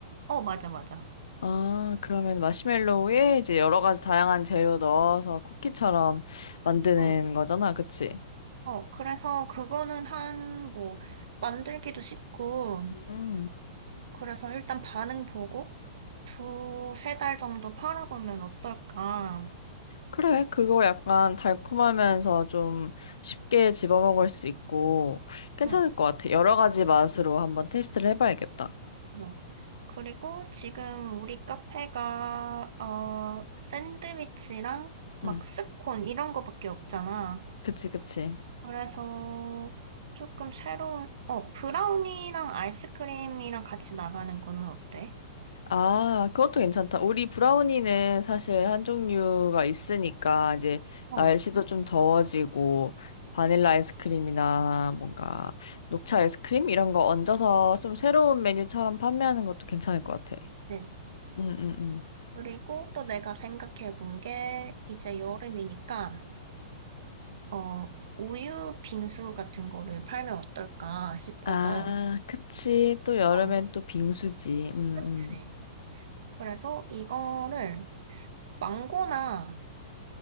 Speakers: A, on the right; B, on the left.
A: 어, 맞아, 맞아.
B: 아, 그러면 마시멜로우에 이제 여러 가지 다양한 재료 넣어서 쿠키처럼 만드는
A: 응.
B: 거잖아, 그치?
A: 어, 그래서 그거는 한, 뭐, 만들기도 쉽고,
B: 음.
A: 그래서 일단 반응 보고, 두세 달 정도 팔아보면 어떨까.
B: 그래, 그거 약간 달콤하면서 좀 쉽게 집어먹을 수 있고 괜찮을
A: 응.
B: 것 같아. 여러 가지 맛으로 한번 테스트를 해봐야겠다.
A: 어. 그리고 지금 우리 카페가, 어, 샌드위치랑 막
B: 응,
A: 스콘 이런 거밖에 없잖아.
B: 그치, 그치.
A: 그래서 조금 새로운, 어, 브라우니랑 아이스크림이랑 같이 나가는 거는 어때?
B: 아, 그것도 괜찮다. 우리 브라우니는 사실 한 종류가 있으니까 이제
A: 어,
B: 날씨도 좀 더워지고 바닐라 아이스크림이나 뭔가 녹차 아이스크림 이런 거 얹어서 좀 새로운 메뉴처럼 판매하는 것도 괜찮을 것 같아.
A: 네.
B: 응응응응응.
A: 그리고 또 내가 생각해 본 게, 이제 여름이니까, 어, 우유 빙수 같은 거를 팔면 어떨까 싶어서.
B: 아, 그치. 또 여름엔
A: 어,
B: 또 빙수지. 응응응응.
A: 그치. 그래서 이거를 망고나